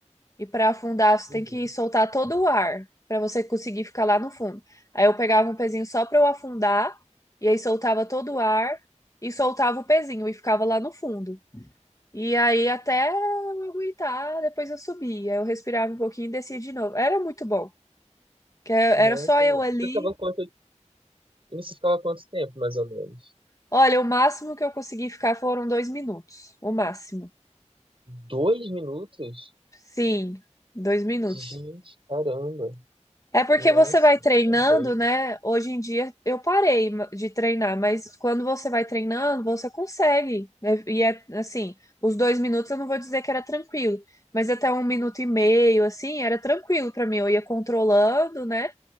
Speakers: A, on the left; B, on the right.
A: E para afundar você
B: Uhum.
A: tem que soltar todo o ar para você conseguir ficar lá no fundo. Aí eu pegava um pezinho só para eu afundar e aí soltava todo o ar e soltava o pezinho e ficava lá no fundo. E aí até eu aguentar, depois eu subia, eu respirava um pouquinho e descia de novo. Era muito bom, que era
B: Nossa,
A: só eu
B: mano.
A: ali.
B: Você ficava quanto... Você ficava quanto tempo, mais ou menos?
A: Olha, o máximo que eu consegui ficar foram dois minutos, o máximo.
B: Dois minutos?
A: Sim, dois minutos.
B: Gente, caramba.
A: É porque
B: Nossa,
A: você vai treinando,
B: tá doido.
A: né? Hoje em dia eu parei de treinar, mas quando você vai treinando, você consegue. E e é assim, os dois minutos eu não vou dizer que era tranquilo, mas até um minuto e meio, assim, era tranquilo pra mim. Eu ia controlando, né?